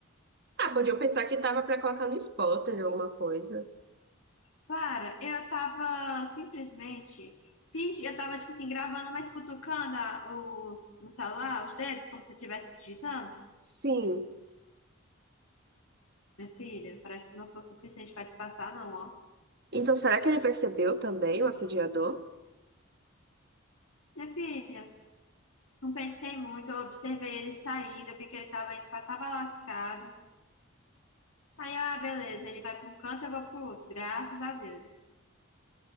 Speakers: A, on the right; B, on the left.
A: Ah, podia pensar que tava pra colocar no spotter ou alguma coisa.
B: Clara, eu tava simplesmente. fingi- Eu tava, tipo assim, gravando, mas cutucando a- os, no celular, os dedos, como se eu estivesse digitando.
A: Sim.
B: Minha filha, parece que não foi o suficiente pra disfarçar, não, ó.
A: Então, será que ele percebeu também o assediador?
B: Minha filha, não pensei muito, eu observei ele saindo, eu vi que ele tava indo pra Tabalascada. Aí, eu, ah, beleza, ele vai pra um canto, eu vou pro outro. Graças a Deus.